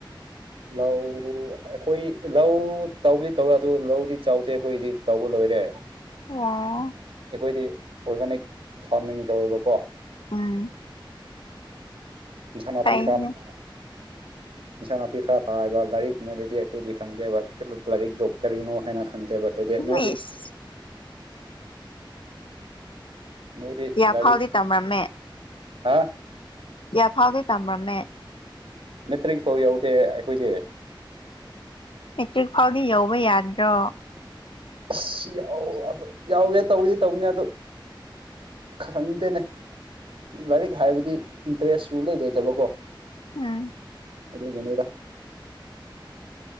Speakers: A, on the right (about 85°); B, on the left (about 75°).
A: ꯂꯧ ꯑꯈꯣꯏ ꯂꯧ ꯇꯧꯕꯗꯤ ꯇꯧꯋꯦ ꯑꯗꯨ ꯂꯧꯗꯤ ꯆꯥꯎꯗꯦ ꯑꯩꯈꯣꯏꯗꯤ ꯇꯧꯕ ꯂꯣꯏꯔꯦ
B: ꯌꯥ
A: ꯑꯈꯣꯏꯗꯤ ꯑꯣꯔꯒꯥꯅꯤꯛ ꯐꯥꯔꯃꯤꯡ ꯇꯧꯋꯦꯕꯀꯣ
B: ꯎꯝ
A: ꯏꯟꯁꯥꯡ ꯅꯥꯄꯤ
B: ꯐꯩꯅꯦ
A: ꯈꯔꯥ ꯊꯥ ꯏꯟꯁꯥꯡ ꯅꯥꯄꯤ ꯈꯔ ꯊꯥꯕ ꯂꯥꯏꯔꯤꯃꯥꯗꯗꯤ ꯑꯩꯈꯣꯏꯗꯤ ꯈꯪꯗꯦꯕ ꯂꯥꯏꯔꯤꯛꯇꯣ ꯀꯔꯤꯅꯣ ꯍꯥꯏꯅ ꯈꯪꯗꯦꯕ ꯑꯣꯏꯗꯦ ꯅꯣꯏꯗꯤ
B: ꯏꯁ
A: ꯃꯣꯏꯗꯤ
B: ꯀꯌꯥ
A: ꯂꯥꯏꯔꯤꯛ
B: ꯐꯥꯎꯗꯤ ꯇꯝꯔꯝꯃꯦ
A: ꯍꯥ
B: ꯀꯌꯥ ꯐꯥꯎꯗꯤ ꯇꯝꯔꯝꯃꯦ
A: ꯃꯦꯇ꯭ꯔꯤꯛ ꯐꯥꯎ ꯌꯧꯗꯦ ꯑꯩꯈꯣꯏꯗꯤ
B: ꯃꯦꯇ꯭ꯔꯤꯛ ꯐꯥꯎꯗꯤ ꯌꯧꯕ ꯌꯥꯗ꯭ꯔꯣ
A: ꯑꯁ ꯌꯥꯎ ꯑꯗ ꯌꯥꯎꯒꯦ ꯇꯧꯗꯤ ꯇꯧꯕꯅꯦ ꯑꯗꯨ ꯈꯪꯗꯦꯅꯦ ꯂꯥꯏꯔꯤꯛ ꯍꯥꯏꯕꯗꯤ ꯏꯟꯇ꯭ꯔꯦꯁꯁꯨ ꯂꯩ ꯂꯩꯇꯕꯀꯣ
B: ꯎꯝ
A: ꯑꯗꯨꯒꯤꯅꯤꯗ